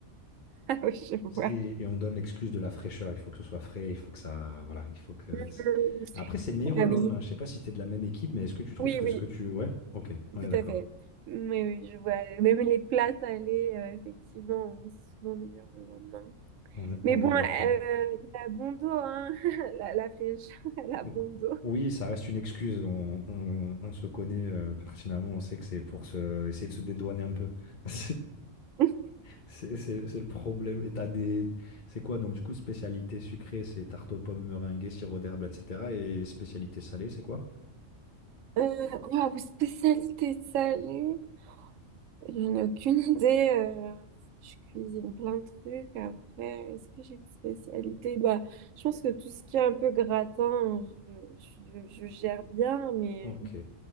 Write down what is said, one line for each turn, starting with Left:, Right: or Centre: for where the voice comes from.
Right: Ah oui, je vois.
Left: Et, et on donne l'excuse de la fraîcheur. Il faut que ce soit frais, il faut que ça, voilà, il faut que.
Right: Mhm.
Left: c'est- Après, c'est meilleur le
Right: Ah
Left: lendemain.
Right: oui.
Left: Je sais pas si t'es de la même équipe, mais est-ce que tu trouves
Right: Oui,
Left: que
Right: oui,
Left: ce que tu, ouais, ok, on
Right: tout
Left: est d'accord.
Right: à fait. Mais oui, je vois. Même les plats salés, euh, effectivement, c'est souvent meilleur le lendemain.
Left: On est,
Right: Mais
Left: on
Right: bon,
Left: est d'accord.
Right: euh, il a bon dos, hein. <laughs> La, la fraîcheur, elle a bon
Left: Donc,
Right: dos.
Left: oui, ça reste une excuse. On, on- on se connaît euh, pertinemment. On sait que c'est pour se, essayer de se dédouaner un peu. <laughs>
Right: <laughs>
Left: C'est c'est- c'est- c'est le problème. Et t'as des. C'est quoi? Donc, du coup, spécialité sucrée, c'est tarte aux pommes, meringuée, sirop d'herbe, etc. Et spécialité salée, c'est quoi?
Right: Euh, waouh, spécialité salée. J'en ai aucune idée. euh, je cuisine plein de trucs. Après, est-ce que j'ai une spécialité? Bah, je pense que tout ce qui est un peu gratin, je, je- je gère bien, mais
Left: Ok,